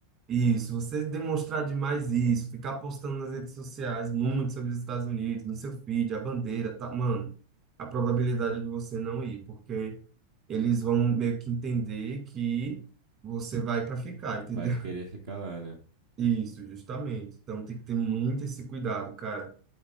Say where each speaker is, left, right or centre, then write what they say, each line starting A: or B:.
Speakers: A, on the right; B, on the right.
A: isso, você demonstrar demais isso, ficar postando nas redes sociais muito sobre os Estados Unidos, no seu feed, a bandeira, tá, mano, a probabilidade de você não ir, porque eles vão meio que entender que você vai para ficar, <laughs> entendeu?
B: Vai querer ficar lá, né?
A: Isso, justamente. Então tem que ter muito esse cuidado, cara.